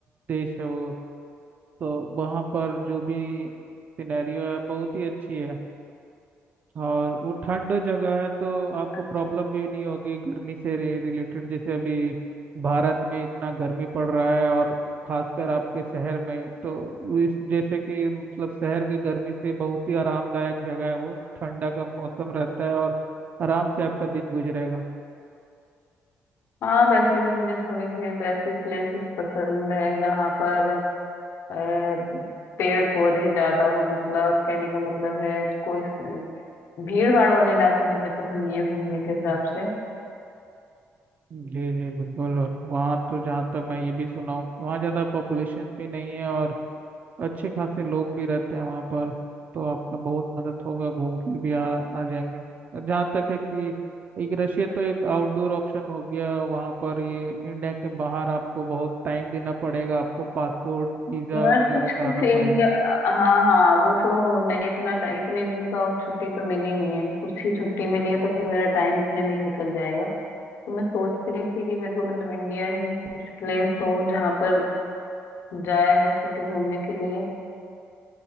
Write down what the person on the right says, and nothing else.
देश है वो तो वहाँ पर जो भी सिनेरियो है बहुत ही अच्छी है और वो ठंड जगह है तो आपको
प्रॉब्लम भी नहीं होगी गर्मी से रिलेटेड जैसे अभी भारत में इतना गर्मी पड़ रहा है और खासकर आपके शहर में तो इस जैसे कि मतलब शहर की गर्मी से बहुत ही आरामदायक जगह है वो ठंडा का मौसम रहता है और आराम से आपका दिन गुजरेगा
जी जी बिल्कुल और वहाँ तो जहाँ तक मैं ये भी सुना हूँ कि वहाँ ज़्यादा पॉपुलेशन भी नहीं है और अच्छे खासे लोग भी रहते हैं वहाँ पर तो आपका बहुत मदद होगा घूम के भी आ, आ जाएंगे और जहाँ तक है कि एक रशिया तो एक आउटडोर ऑप्शन हो गया वहाँ पर ये इंडिया के बाहर आपको बहुत टाइम देना पड़ेगा आपको पासपोर्ट वीज़ा
वगैरह
कराना
पड़ेगा